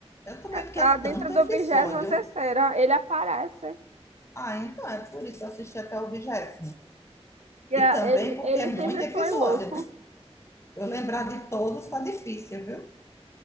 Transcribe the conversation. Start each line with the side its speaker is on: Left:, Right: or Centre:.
Left: eu também,
Right: É,
Left: porque
Right: Tá
Left: é
Right: dentro
Left: tanto
Right: do
Left: episódio.
Right: 23 terceira Ele aparece.
Left: Ah, então é por isso que eu assisti até o vigésimo.
Right: E, é,
Left: E também
Right: Ele,
Left: porque
Right: ele
Left: é muito
Right: sempre
Left: episódio,
Right: foi louco.
Left: né? Eu lembrar de todos tá difícil, viu?